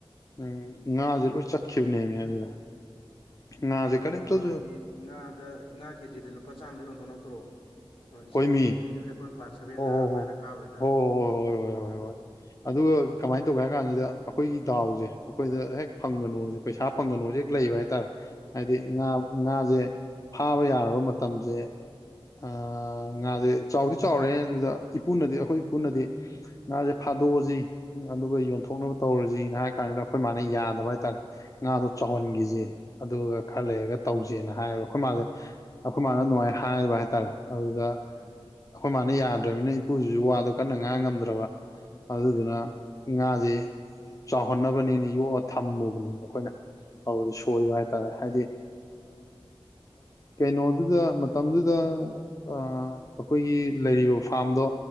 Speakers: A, on the left; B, on the left.
A: ꯎꯝ ꯉꯥꯁꯦ ꯂꯣꯏ ꯆꯠꯈꯤꯕꯅꯦꯃꯦ ꯑꯗꯨꯗ ꯉꯖꯤꯦ
B: ꯑꯃ
A: ꯀꯔꯤ
B: ꯊꯕꯥꯜꯒꯤ
A: ꯇꯁꯨ
B: ꯉꯥꯗ ꯉꯥ ꯀꯦꯖꯤꯗ ꯂꯨꯄꯥ ꯆꯥꯝꯃꯗ ꯌꯣꯟꯊꯣꯛꯅꯛꯇ꯭ꯔꯣ ꯏꯁꯤꯡ
A: ꯍꯣꯏꯃꯤ
B: ꯌꯥꯝ ꯆꯥꯎꯃꯟꯈꯤꯕ ꯑꯩꯈꯣꯏꯅ ꯀ꯭ꯂꯥꯁ ꯁꯦꯚꯦꯜꯗ
A: ꯍꯣ ꯍꯣ
B: ꯑꯗꯨꯃꯥꯏꯅ ꯀꯥꯕꯩꯗ
A: ꯍꯣ ꯍꯣ ꯍꯣ ꯍꯣꯏ ꯍꯣꯏ ꯍꯣꯏ
B: ꯑꯣ
A: ꯍꯣꯏ ꯑꯗꯨꯒ ꯀꯃꯥꯏꯅ ꯇꯧꯒꯦ ꯍꯥꯏ ꯀꯥꯟꯁꯤꯗ ꯑꯩꯈꯣꯏꯒꯤ ꯗꯥꯎꯁꯦ ꯑꯩꯈꯣꯏꯗ ꯍꯦꯛ ꯐꯪꯒꯅꯣꯁꯦ ꯄꯩꯁꯥ ꯐꯪꯒꯅꯣ ꯍꯧꯖꯤꯛ ꯍꯦꯛ ꯂꯩꯕ ꯍꯥꯏꯇꯥꯔꯦ ꯍꯥꯏꯗꯤ
B: ꯎꯝ
A: ꯉꯥ ꯉꯥꯁꯦ ꯐꯥꯕ ꯌꯥꯔꯕ ꯃꯇꯝꯁꯦ ꯉꯥꯁꯦ ꯆꯥꯎꯗꯤ ꯆꯥꯎꯔꯦ ꯑꯗꯨꯗ ꯏꯄꯨꯅꯗꯤ ꯑꯩꯈꯣꯏ ꯏꯄꯨꯅꯗꯤ ꯉꯥꯁꯦ ꯐꯥꯗꯣꯛꯑꯁꯤ ꯑꯗꯨꯒ ꯌꯣꯟꯊꯣꯛꯅꯕ ꯇꯧꯔꯁꯤꯅ ꯍꯥꯏ ꯀꯥꯟꯁꯤꯗ ꯑꯩꯈꯣꯏ ꯃꯥꯅ ꯌꯥꯗꯕ ꯍꯥꯏꯇꯥꯔꯦ ꯉꯥꯗꯣ ꯆꯥꯎꯍꯟꯈꯤꯁꯦ
B: ꯎꯝ
A: ꯑꯗꯨꯒ ꯈꯔ ꯂꯩꯔꯒ ꯇꯧꯖꯦꯅ ꯍꯥꯏꯌꯦꯕ ꯑꯩꯈꯣꯏ ꯃꯥꯁꯦ ꯑꯩꯈꯣꯏ ꯃꯥꯅ ꯑꯗꯨꯃꯥꯏꯅ ꯍꯥꯏꯕ ꯍꯥꯏꯇꯥꯔꯦ ꯑꯗꯨꯗ
B: ꯎꯝ
A: ꯑꯩꯈꯣꯏ ꯃꯥꯅ ꯌꯥꯗ꯭ꯔꯃꯤꯅꯤꯅ ꯏꯄꯨꯁꯤꯁꯨ ꯋꯥꯗꯣ ꯀꯟꯅ ꯉꯥꯡ ꯉꯝꯗ꯭ꯔꯕ ꯑꯗꯨꯗꯨꯅ
B: ꯎꯝ
A: ꯉꯥꯁꯦ ꯆꯥꯎꯍꯟꯅꯕꯅꯤꯅ ꯌꯣꯛꯑ ꯊꯝꯃꯨꯕꯅꯦꯅ ꯑꯩꯈꯣꯏꯅ ꯑꯗꯨꯗꯨ
B: ꯎꯝ
A: ꯁꯣꯏꯕ ꯍꯥꯏ ꯇꯔꯦ ꯍꯥꯏꯗꯤ ꯀꯩꯅꯣꯗꯨꯗ ꯃꯇꯝꯗꯨꯗ ꯑ ꯑꯩꯈꯣꯏꯒꯤ ꯂꯩꯔꯤꯕ ꯐꯥꯔꯝꯗꯣ